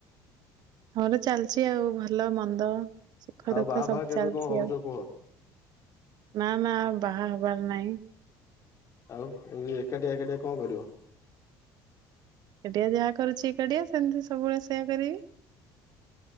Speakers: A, on the right; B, on the left.
A: ହର ଚାଲିଛି ଆଉ ଭଲ ମନ୍ଦ ସୁଖ
B: ଆଉ
A: ଦୁଃଖ
B: ବାହା
A: ସବୁ
B: ଫାହା କେବେ
A: ଚାଲିଛି
B: କଣ ହଉଛ
A: ଆଉ।
B: କୁହ?
A: ନା ନା ଆଉ ବାହା ହବାର ନାଇଁ।
B: ଆଉ ଏମ ଏକାଟିଆ ଏକାଟିଆ କଣ କରିବ?
A: ଏକାଟିଆ ଯାହା କରୁଛି ଏକାଡିଆ ସେମିତି ସବୁବେଳେ ସେୟା କରିବି।